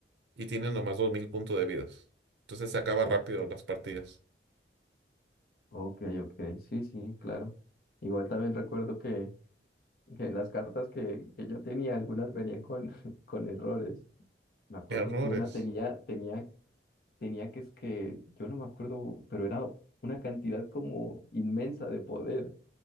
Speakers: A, on the right (about 75°); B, on the left (about 55°).
A: y tienes nomás dos mil puntos de vidas. Entonces se acaba
B: ok,
A: rápido las partidas.
B: ok, ok, sí, sí, claro. Igual también recuerdo que, que las cartas que, que yo tenía, algunas venían con, <laughs> con errores. Me acuerdo
A: Errores.
B: que una tenía, tenía, tenía que es que, yo no me acuerdo, pero era una cantidad como inmensa de poder.